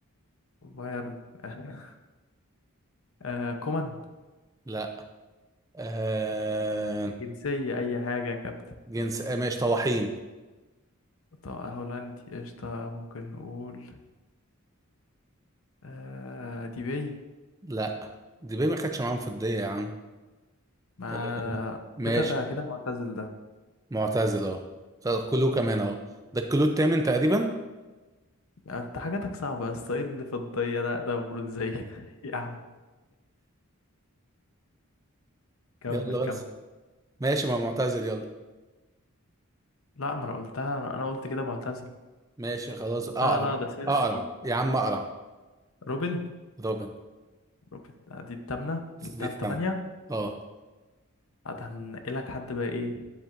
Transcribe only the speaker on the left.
بايرن آه آه كومان
جنسية أي حاجة يا كابتن
طب هولندي قشطة ممكن نقول آه ديبي
ما
كده ده كده معتزل ده
انت حاجاتك صعبة يا اسطى ايه اللي في الضية ده ده برونزية <laughs> يا عم كمل
كمل
لا ما انا قلتها انا أنا قلت كده معتزل
لا لا ده سرقة
دي
روبن
روبن آه، دي التامنة جبتها
في تمانية
بعد هنقلك حد بقى ايه